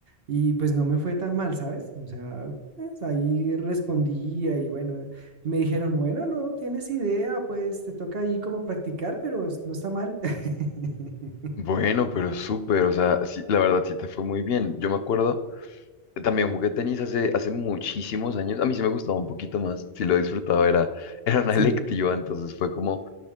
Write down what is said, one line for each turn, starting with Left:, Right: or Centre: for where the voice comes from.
Right: y pues no me fue tan mal, ¿sabes? O sea, pues, ahí respondía y bueno, y me dijeron, bueno, no tienes idea, pues te toca ahí como practicar, pero es- no está mal. <laughs>
Left: Bueno, pero súper, o sea, sí, la verdad sí te fue muy bien. Yo me acuerdo, eh, también jugué tenis hace, hace muchísimos años. A mí sí me gustaba un poquito más, sí lo disfrutaba, era, <laughs> era una
Right: Sí.
Left: electiva, entonces fue como